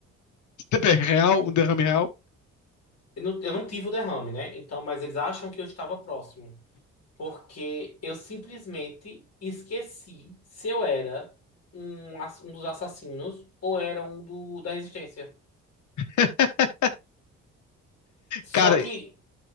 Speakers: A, on the left; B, on the left.
A: Tempo é real, um derrame real.
B: Eu não, eu não tive o derrame, né? Então, mas eles acham que eu estava próximo. Porque eu simplesmente esqueci se eu era um, ass- um dos assassinos ou era um do, da Resistência.
A: <laughs>
B: Só
A: Cara,
B: que,